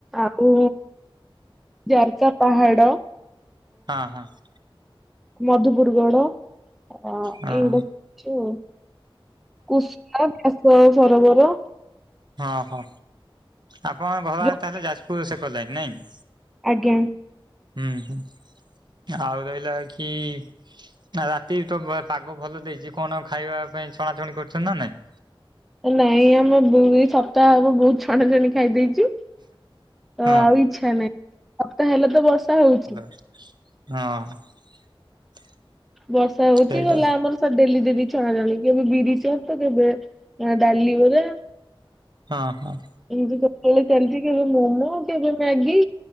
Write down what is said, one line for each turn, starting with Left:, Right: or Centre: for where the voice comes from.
Centre: ଆଉ ଯାର୍କା ପାହାଡ।
Right: ହଁ ହଁ।
Centre: ମଧୁପୁର ଗଡ ଅ
Right: ହଁ
Centre: ଏଇଗୁଡା ଅଛି। କୁଷୁମା ବ୍ୟାସସରବର।
Right: ହଁ ହଁ ଆପଣ ଘର
Centre: ଯୋଉ-
Right: ତାହେଲେ ଯାଜପୁର ସେ କଲେଣି ନାଇଁ।
Centre: ଆଜ୍ଞା।
Right: ହୁଁ ହୁଁ ଆଉ ରହିଲା ବାକି। ନା ରାତି ତ ବା ପାଗ ଭଲ ଦେଇଛି କଣ ଖାଇବା ପାଇଁ ଛଣାଛଣି କରିଛନ୍ତି ନା ନାଇଁ।
Centre: ନାଇଁ ଆମେ ଦୁଇ ସପ୍ତାହ ହବ ବହୁତ ଛଣା ଛଣି ଖାଇଦେଇଚୁ। ତ
Right: ହଁ
Centre: ଆଉ ଇଚ୍ଛା ନାହିଁ ସପ୍ତାହ ହେଲେ ତ ବର୍ଷା ହଉଛି।
Right: ହ। <unintelligible> ହଁ।
Centre: ବର୍ଷା ହଉଚି
Right: ସେଇଟା
Centre: ଗଲା ଆମର। ଡେଲି ଡେଲି ଛଣା ଛଣି କେବେ ବିରିଚ ତ କେବେ ଅ -ଡାଲି ବରା।
Right: ହଁ ହଁ।
Centre: ଏମତିଳେ ଚାଲିଛି କେବେ ମୋମୋ କେବେ ମ୍ୟାଗି।